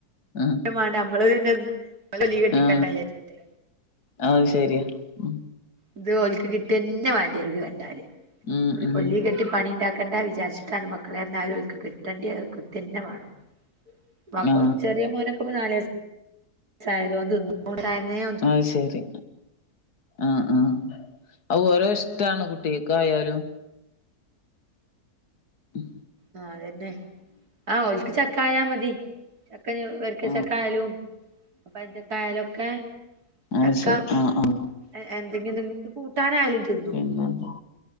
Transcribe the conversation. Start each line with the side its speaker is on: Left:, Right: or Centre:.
Left: ആ
Right: മാണ്ട നമ്മള് പിന്നെ പൊലി കെട്ടിക്കണ്ടാ
Left: ആ
Right: വിചാരിച്ചിട്ടേ
Left: അത് ശെരിയാ ഉം
Right: ഇത് ഓൽക്ക് കിട്ടിയന്നെ വേണ്ടി വരും ഇത് കണ്ടാല്.
Left: ഉം
Right: അവര്
Left: ഉം
Right: കൊല്ലി കെട്ടി പണി ഇണ്ടാക്കണ്ടാ വിചാരിച്ചിട്ടാണ് മക്കളെന്നെ ആയാലും ഓൽക്ക് കിട്ടണ്ടിയെ കിട്ടന്നെ വേണം പ്പാക്കം
Left: ആ
Right: ചെറിയ മോനൊക്കെപ്പൊ നാല് വയസ്സ് ആയേരേ ഓൻ തിന്നും. ഓൻ തനിയെ
Left: അഹ് ശരി ആഹ് ആഹ് അത് ഓരോ ഇഷ്ടാണ് കുട്ടിക്കൊക്കെ ആയാലും ഉം
Right: ആ അതന്നെ ആഹ ഒക്ക് ചക്കായാ മതി ചക്കന് വരക്ക്
Left: ആ
Right: ചക്ക ആയാലും. പഴഞ്ചക്കായാലൊക്കെ ചക്ക
Left: അത് ശരി ആ ആ
Right: എ എന്തെങ്കിലും കു കൂട്ടാനായാലും തിന്നു
Left: പിന്നെന്താ